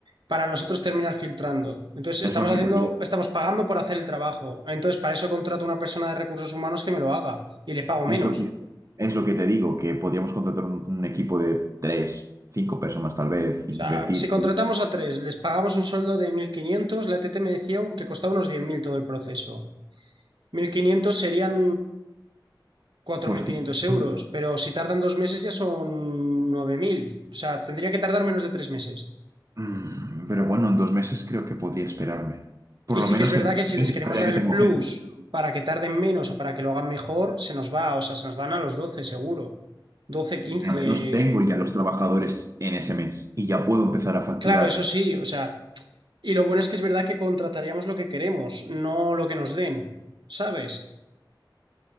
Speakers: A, on the right; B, on the right.
A: para nosotros terminar filtrando. Entonces estamos
B: es lo que
A: haciendo,
B: te digo.
A: estamos pagando por hacer el trabajo. Entonces para eso contrato a una persona de recursos humanos que me lo haga y le pago menos.
B: Es lo que, es lo que te digo, que podríamos contratar un, un equipo de tres, cinco personas tal vez, invertir
A: O sea, si contratamos a tres, les pagamos un sueldo de 1.500, la ETT me decía que costaba unos 10.000 todo el proceso. 1.500 serían 4.500
B: por cinco.
A: euros, pero si tardan dos meses ya son 9.000. O sea, tendría que tardar menos de tres meses.
B: Mm, Pero bueno, en dos meses creo que podría esperarme. Por
A: Y
B: lo
A: sí
B: menos
A: que es verdad
B: en dos
A: que si
B: meses
A: les queremos
B: sabría
A: dar
B: que
A: el
B: tengo
A: plus
B: gente.
A: para que tarden menos o para que lo hagan mejor, se nos va, o sea, se nos van a los doce seguro, 12 quince
B: Al menos tengo ya los trabajadores en ese mes y ya puedo empezar a facturar.
A: Claro, eso sí, o sea, y lo bueno es que es verdad que contrataríamos lo que queremos, no lo que nos den, ¿sabes?